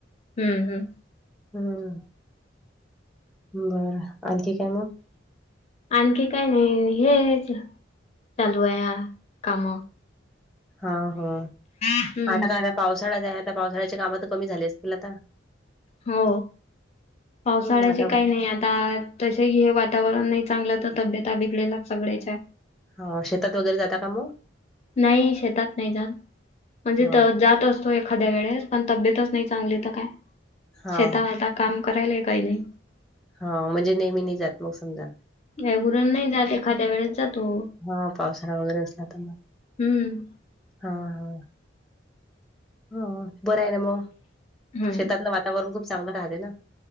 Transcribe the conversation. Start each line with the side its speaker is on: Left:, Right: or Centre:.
Left: हम्म हम्म.
Centre: हम्म बरं आणखी काय मग
Left: आणखी काय नाही हेच. चालू आहे काम
Centre: हा हा
Left: हम्म
Centre: आता का आता पावसाळा्याच आहे आता पावसाळ्याची काम तर कमी झाली असतील आता
Left: हो पावसाळ्याचे
Centre: हं, आता
Left: काही नाही आता तसे हे वातावरण नाही चांगलं तर तब्येत विगळेला सगळ्याच्या
Centre: हां, शेतात वगैरे जाता का मग?
Left: नाही शेतात नाही जा म्हणजे
Centre: हां,
Left: जात अस एखाद्या वेळेस पण तब्येतच नाही चांगली तर काय
Centre: हां,
Left: शेतता काम करायला काही नाही
Centre: हा म्हणजे नेहमी नि जात मग समजा
Left: वगरण नाही जात एखाद्या वेस जातो
Centre: हा पावसाळा वगैरे असला तर
Left: हम्म
Centre: हा हा हा बरं आहे ना मग
Left: हम्म
Centre: शेतातलं वातावरण खूप चांगलं राहते ना